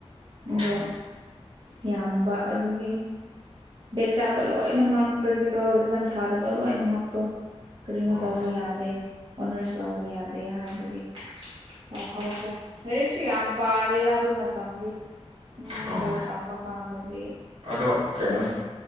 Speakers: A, on the right (about 70°); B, on the right (about 45°).
A: ꯑꯣ
B: ꯑꯗꯣ ꯌꯥꯝꯕ ꯑꯗꯨꯒꯤ ꯕꯦꯛ ꯆꯥꯕ ꯂꯣꯏꯅꯃꯛ ꯄ꯭ꯔꯦꯛꯇꯤꯀꯦꯜ ꯑꯦꯛꯖꯥꯝ ꯊꯥꯗꯕ ꯂꯣꯏꯅꯃꯛꯇꯣ ꯀꯔꯤꯅꯣ
A: ꯑꯣ
B: ꯇꯧꯕ ꯌꯥꯗꯦ ꯑꯣꯅꯔꯁ ꯂꯧꯕ ꯌꯥꯗꯦ ꯍꯥꯏꯕꯒꯤ ꯑ ꯍꯥꯎꯁꯦ <unintelligible> ꯂꯥꯏꯔꯤꯛꯁꯨ ꯌꯥꯝ ꯄꯥꯗꯦꯗ ꯑꯗꯨ ꯃꯇꯝꯗꯤ ꯎꯝ
A: ꯑꯣ
B: ꯂꫭ ꯇꯝꯕ ꯀꯟꯗꯗꯤ
A: ꯑꯗꯣ ꯀꯩꯅꯣ